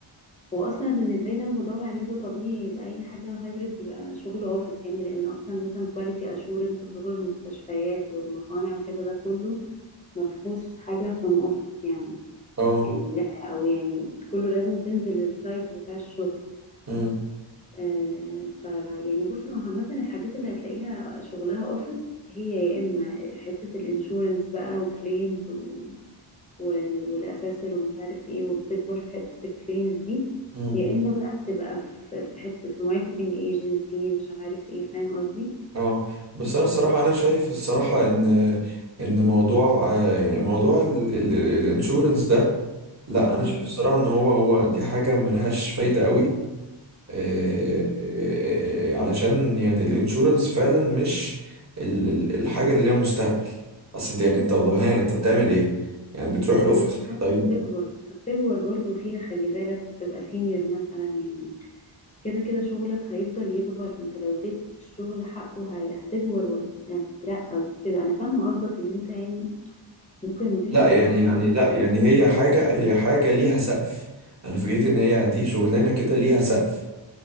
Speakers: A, on the left; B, on the right.
A: واصلا بالنسبة لي انا بدور عليه ده طبيعي يبقى اي حاجة hybrid يبقى شغل office يعني لان اصلا مثلا quality assurance وشغل المستشفيات والمصانع وكده ده كله مفهوش حاجة from office يعني
B: اه
A: يعني لا او يعني كله لازم تنزل السايت بتاع الشغل
B: مم،
A: آه، فيعني بص هو عامة الحاجات اللي هتلاقيها شغلها اوفيس هي يا اما حتة الانشورنس بقى وكليمز و... وال... والاساسر ومش عارف ايه وبتكبر في حتة الكليمز دي
B: مم.
A: يا اما بقى بتبقى في في حتة في ماركتنج ايجنسي مش عارف ايه فاهم قصدي
B: اه بس انا الصراحه انا شايف الصراحه ان ان موضوع آه، يعني موضوع الانشورنس ده لا انا
A: مم.
B: شايف الصراحه ان هو هو دي حاجه ملهاش فايده قوي آه،
A: مم.
B: آه، علشان يعني الانشورنس فعلا مش ال- ال- الحاجه اللي ليها مستقبل اصل انت يعني انت ها انت بتعمل ايه يعني بتروح الاوفيس
A: ما هو بص هو انت
B: طيب
A: بتكبر انت بتكبر برضو فيها خلي بالك وبتبقى سينيور مثلا يعني كده كده شغلك هيفضل يكبر انت لو اديت الشغل حقه هي- هتكبر وهتترقى وكده انا فاهمة قصدك ان انت يعني ممكن مفيش
B: لا
A: اضافة
B: يعني يعني
A: قوي
B: لا يعني هي حاجه هي حاجه ليها سقف انا فكرت ان هي دي شغلانه كده ليها سقف